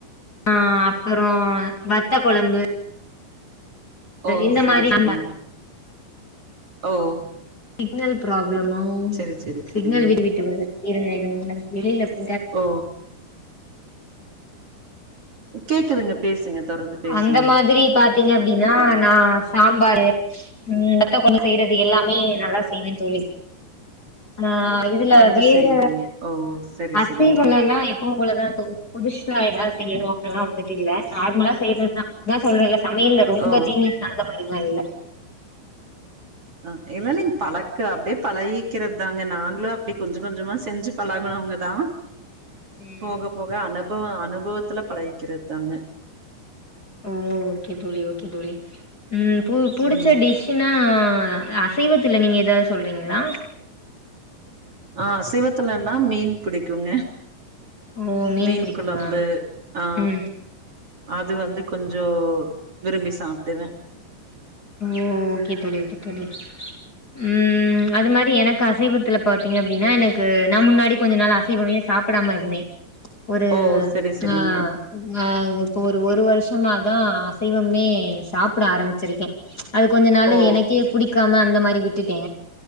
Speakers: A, on the left; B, on the right.
A: ஆ அப்பறோ வத்த கொழம்பு
B: ஓ
A: இந்த
B: செரி
A: மாரி
B: செரிங்க ஓ
A: சிக்னல் ப்ராப்ளமோ
B: சரி சரி
A: சிக்னல்
B: சரிங்க.
A: வீடுவிட்டு வருது இருங்க இருங்க வெளில <inaudible>
B: ஓ கேக்குதுங்க பேசுங்க தொடர்ந்து பேசுங்க
A: அந்த மாதிரி பாத்தீங்க அப்டின்னா நா சாம்பாரு ம் வத்த <inaudible> செய்றது எல்லாமே நல்லா செய்யவே தோழி ஆ இதுல
B: வந்து
A: வேற
B: செய்வீங்க. ஓ சரி
A: அசை
B: சரிங்க.
A: <inaudible> அவ்வளதா தோழி புதுசா எதாவது செய்யணு அப்பல்லா வந்துட்டு இல்ல நார்மலா செய்யறதுதா அதா சொல்றல்ல சமையல்ல ரொம்ப
B: ஓ
A: ஜீனியஸ் அந்த மாரிலா இல்ல
B: அ எல்லாமே தலக்கு அப்டியே பழகி கிறது தாங்க நாங்களு அப்டி கொஞ்ச கொஞ்சமா செஞ்சு பழகணவங்க தா
A: ம்
B: போக போக அனுபவ அனுபவத்துல பழகிக்கறது தாங்க
A: ஓ ஓகே தோழி ஓகே தோழி ம் பு புடிச்ச
B: ம்
A: டிஷ் தின்னா அசைவத்துல நீங்க எதாவ் சொல்றீங்களா
B: ஆ அசைவத்துலன்னா மீன் புடிக்குங்க
A: ஓ
B: மீன்
A: புடிக்குமா
B: கொழம்பு ஆ
A: ம்
B: அது வந்து கொஞ்சோ விரும்பி சாப்டுவே
A: ஓ ஓகே தோழி ஓகே தோழி ம் அது மாரி எனக்கு அசைவத்துல பாத்தீங்க அப்டின்னா எனக்கு நா முன்னாடி கொஞ்ச நாள் அசைவமே சாப்படாம இருந்தே ஒரு
B: ஓ செரி செரிங்க
A: ஆ ஆ இப்போ ஒரு ஒரு வருஷமாதா அசைவமே சாப்பட ஆரம்பிச்சிருக்கே அது கொஞ்ச நாளு
B: ஓ
A: எனக்கே புடிக்காம அந்த மாரி விட்டுட்டே